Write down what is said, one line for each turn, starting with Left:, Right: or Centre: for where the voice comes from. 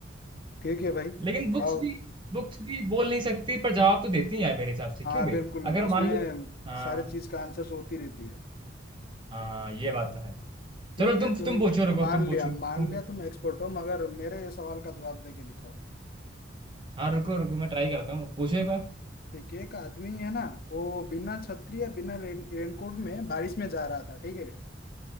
Left: ठीक है भाई
Right: लेकिन बुक्स
Left: अब
Right: भी बुक्स भी बोल नहीं सकती पर जवाब तो देती है यार मेरे हिसाब से
Left: हाँ
Right: क्यों बे
Left: बिल्कुल
Right: अगर
Left: उसमें
Right: मान लो हाँ
Left: सारे चीज का आंसर होती रहती है
Right: हाँ ये बात तो है
Left: ठीक
Right: चलो तुम
Left: है तुम
Right: तुम पूछो रुको
Left: मान
Right: तुम पूछो
Left: लिया
Right: तुम
Left: मान
Right: पूछो
Left: लिया तुम एक्सपर्ट हो मगर मेरे सवाल का जवाब दे के दिखाओ
Right: हाँ रुको रुको मैं ट्राई करता हूँ पूछो एक बार
Left: ठीक है एक आदमी है ना वो बिना छतरी या बिना रेन रेनकोट में बारिश में जा रहा था ठीक है